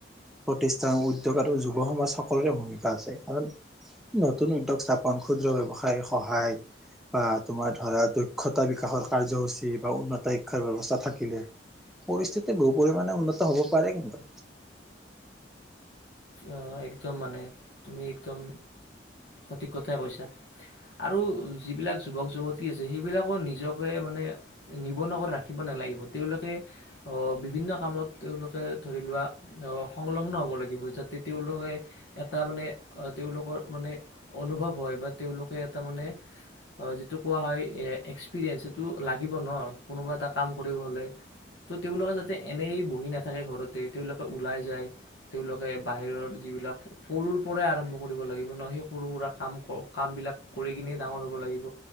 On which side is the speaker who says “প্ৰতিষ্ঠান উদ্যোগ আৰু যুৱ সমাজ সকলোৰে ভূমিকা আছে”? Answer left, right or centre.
Centre